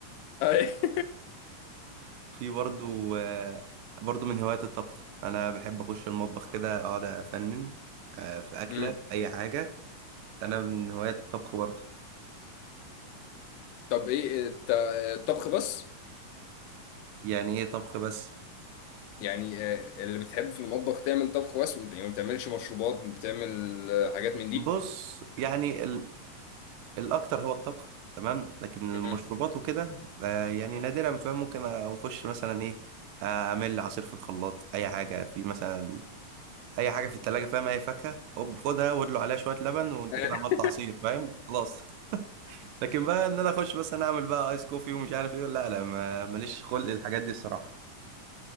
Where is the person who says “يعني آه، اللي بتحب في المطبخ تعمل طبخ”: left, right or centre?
Left